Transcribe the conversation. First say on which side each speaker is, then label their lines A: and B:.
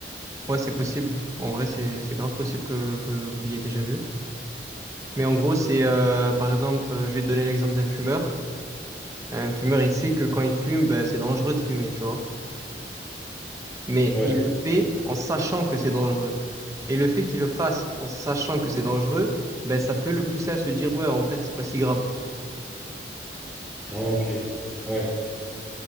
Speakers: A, on the right; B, in the centre.
A: ouais, c'est possible. En vrai, c'est c'est grave possible que vous, vous l'ayez déjà vu. Mais en gros, c'est euh, par exemple, euh, je vais te donner l'exemple d'un fumeur. Un fumeur, il sait que quand il fume, ben, c'est dangereux de fumer, tu vois. Mais
B: Ouais.
A: il le fait en sachant que c'est dangereux. Et le fait qu'il le fasse en sachant que c'est dangereux, ben, ça peut le pousser à se dire, ouais, en fait, c'est pas si grave.
B: Ok. Ouais.